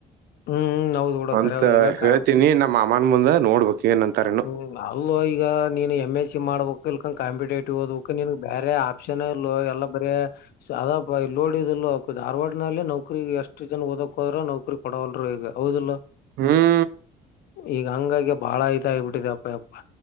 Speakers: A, on the left; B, on the right.
A: ಹ್ಮ್ ಹೌದ್ ಬಿಡ
B: ಅಂತ
A: ಖರೆ ಈಗ ಕ
B: ಹೇಳ್ತೀನಿ ನಮ್ಮ ಮಾಮ್ಮರ ಮುಂದ ನೋಡ್ಬೇಕ ಏನ್ಂತಾರೇನೋ
A: ಹ್ಮ್ ಅಲ್ಲೋ ಈಗ ನೀನು ಎಮ್ ಎಸ್ ಸಿ ಮಾಡ್ಬೇಕ ಇಲ್ಕಂದ ಕಾಂಪಿಟೇಟಿವ್ ಓದ್ಬೇಕುನ್ಗ್ ಬೇರೆ ಪ್ಷನ ಇಲ್ಲೋ ಎಲ್ಲಾ ಬರೇ ಸಾದಾ ಇದು ನೋಡಿದಿಲ್ಲೋ ಅವಕ್ ಧಾರವಾಡದಲ್ಲಿ ನೌಕ್ರೀಗ್ ಎಷ್ಟ ಜನ ಓದಕ ಹೋದ್ರ ನೌಕ್ರಿ ಕೊಡವಲ್ರು ಈಗ ಹೌದಲ್ಲೊ.
B: ಹುಂ
A: ಈಗ ಹಂಗಾಗಿ ಬಾಳ ಇದ ಆಬಿಟ್ಟಿದೆ ಅಪ್ಪಾಎಪ್ಪಾ